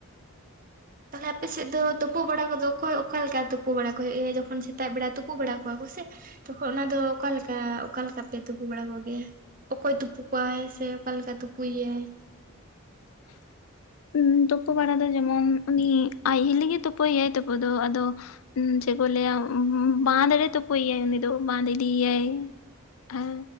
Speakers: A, on the left; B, on the right.
A: <inaudible>
B: ᱛᱟᱦᱚᱞᱮ ᱟᱯᱮ ᱥᱮᱫ ᱫᱚ ᱛᱳᱯᱳ ᱵᱟᱲᱟ ᱠᱚᱫᱚ ᱚᱠᱚᱭ ᱚᱠᱟᱞᱮᱠᱟ ᱛᱳᱯᱳ ᱵᱟᱲᱟ ᱠᱚ ᱦᱩᱭᱩᱜᱼᱟ ᱡᱚᱠᱷᱚᱱ ᱥᱮᱛᱟᱜ ᱵᱮᱲᱟ ᱛᱩᱯᱩ ᱵᱟᱲᱟ ᱠᱚᱣᱟ ᱠᱚ ᱥᱮ ᱛᱚᱠᱷᱚᱱ ᱚᱱᱟᱫᱚ ᱚᱠᱟᱞᱮᱠᱟ ᱚᱠᱟ ᱞᱮᱠᱟᱯᱮ ᱛᱩᱯᱩ ᱵᱟᱲᱟ ᱠᱚᱜᱮᱭᱟ ᱚᱠᱚᱭ ᱛᱩᱯᱩ ᱠᱚᱣᱟᱭ ᱥᱮ ᱚᱠᱟᱮᱠᱟ ᱛᱩᱯᱩᱭᱭᱟᱭ
A: <inaudible> ᱛᱳᱯᱳ ᱵᱟᱲᱟ ᱫᱚ ᱡᱮᱢᱚᱱ ᱩᱱᱤ ᱟᱡ ᱦᱤᱞᱤᱜᱮ ᱛᱳᱯᱳᱭ ᱭᱟᱭ ᱛᱳᱯᱳ ᱫᱚ ᱟᱫᱚ <unintelligible> ᱪᱮᱫ ᱠᱚ ᱞᱲᱹᱭᱟ ᱵᱟᱸᱫᱷ ᱨᱮ ᱛᱳᱯᱳᱭ ᱭᱟᱭ ᱩᱱᱤ ᱫᱚ ᱵᱟᱸᱫᱷ ᱤᱫᱤᱭᱟᱭ᱾ ᱦᱮᱸ